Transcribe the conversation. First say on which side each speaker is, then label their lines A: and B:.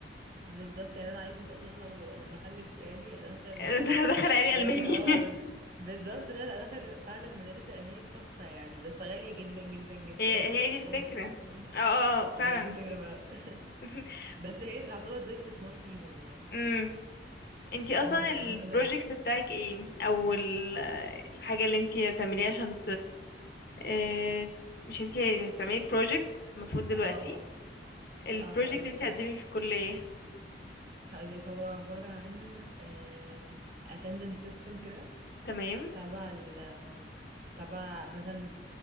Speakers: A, on the right; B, on the left.
A: بالظبط يعني انا عايزه ان شاء الله لو لما اخلف يعني
B: <laughs>
A: ادخل
B: آه، ده دخل
A: اطفالي
B: عليه الماني
A: اه
B: <laughs>
A: أنا- بالظبط لا لا ادخل فعلا مدارس الالماني تحفه يعني بس غاليه جدا جدا جدا
B: هي هي
A: بس تحفه
B: دي الفكره
A: يعني
B: اه آه، فعلا
A: هي دي فكره بقى
B: <laughs>
A: بس هي تعتبر زي استثمار فيهم يعني
B: امم انتي
A: ان
B: اصلا
A: هم هيبقى
B: البروجكت
A: معاهم كذا لغه
B: بتاعك ايه او ال- الحاجه اللي انتي هتعمليها عشان آه، مش انتي هتعملي بروجكت المفروض دلوقتي
A: اه اه
B: البروجكت
A: اه هقول
B: انتي
A: لك
B: هتقدمي في الكلية
A: هقول لك هو عباره عن آم، attendance system كده
B: تمام
A: تبع ال آم، تبع مثلا